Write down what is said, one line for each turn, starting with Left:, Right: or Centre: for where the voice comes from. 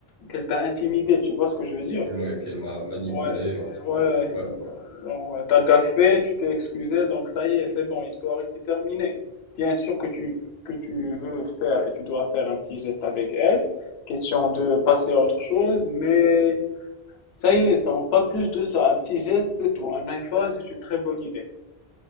Left: qu'elle t'a intimidé. Tu vois ce que je veux dire?
Right: Ouais, qu'elle m'a manipulé,
Left: Ouais,
Right: un truc.
Left: euh, ouais,
Right: Ouais,
Left: bah,
Right: ouais.
Left: genre, t'as gaffé, tu t'es excusé, donc ça y est, c'est bon, l'histoire c'est terminée. Bien sûr que tu, que tu veux faire et tu dois faire un petit geste avec elle, question de passer à autre chose, mais ça y est, donc pas plus de ça. Un petit geste, c'est tout. Un iPhone, c'est une très bonne idée.